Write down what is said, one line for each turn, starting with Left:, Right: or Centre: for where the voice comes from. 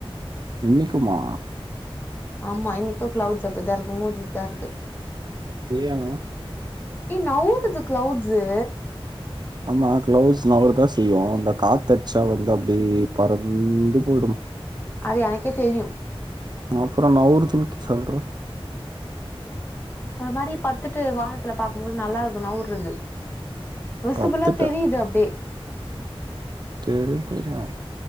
Right: இன்னிக்குமா
Left: ஆமா இன்னிக்கு கிளவுட்ஸ் அப்டி தா இருக்கு மூடிட்தா இருக்கு
Right: ஏன்
Left: எ நவுருது கிளவுட்ஸ்ஸு
Right: ஆமா கிளவுட்ஸ் நவர தா செய்யோ இந்த காத்தடிச்சா வந்து அப்டியே பறந்து போய்டுமா
Left: அது எனக்கே தெரியும்
Right: அப்றோ நவுருதுன் சொல்ற
Left: ஒரு மாரி பத்துட்டு வானத்துல பாக்கும்போது நல்லாருக்கு நவ்ருது விசிபல்லா
Right: பத்துட்ட
Left: தெரியுது அப்டே
Right: தெர்யோ தெர்யோ